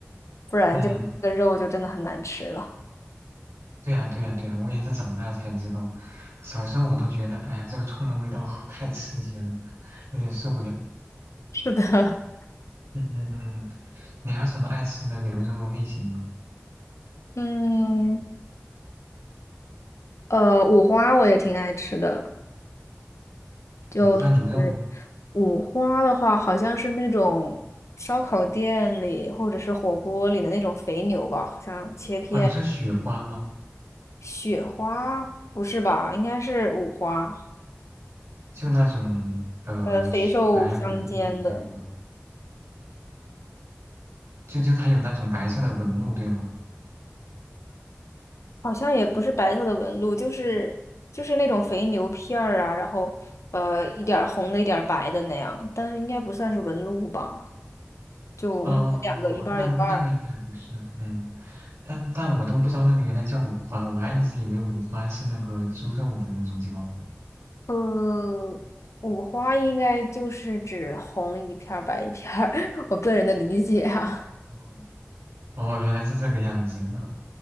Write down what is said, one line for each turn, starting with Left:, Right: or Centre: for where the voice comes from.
Left: 不然就这个肉就真的很难吃了。
Right: 嗯对呀对呀对呀，我也是长大才知道，小时候我都觉得哎呀这个葱的味道好太刺激了，有点受不了。
Left: 是的，<laughs>
Right: 嗯嗯嗯，你还有什么爱吃的牛肉类型吗？
Left: 嗯，呃，五花我也挺爱吃的，就是
Right: 五花牛肉吗？
Left: 五花的话，好像是那种烧烤店里或者是火锅里的那种肥牛吧，好像切片
Right: 哦，你说雪花吗？
Left: 雪花，不是吧？应该是五花，
Right: 就那种呃雪白纹路的，
Left: 呃，肥瘦相间的，
Right: 对吗？就就它有那种白色的纹路，对吗？
Left: 好像也不是白色的纹路，就是就是那种肥牛片儿啊，然后呃，一点儿红的，一点儿白的那样，但是应该不算是纹路吧。就应该两个一半儿一半儿。
Right: 哦，那那个那个应该不算，嗯，但但我都不知道那个原来叫五花，我还一直以为五花是那个猪肉的那种叫法。
Left: 呃，五花应该就是指红一片儿白一片儿，<laughs> 我个人的理解啊。
Right: 哦，哦原来是这个样子，那